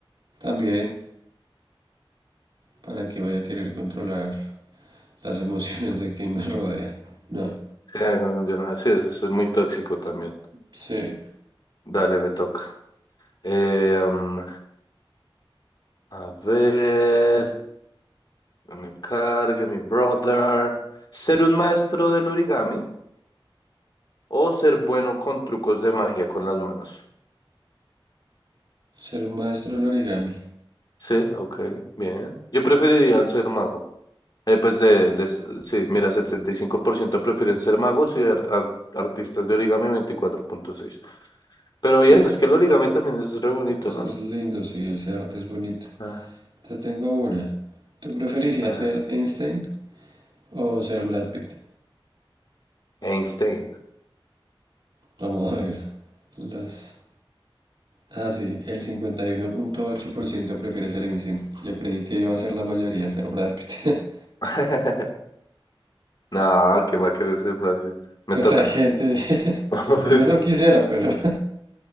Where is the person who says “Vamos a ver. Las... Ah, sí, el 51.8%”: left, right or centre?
Right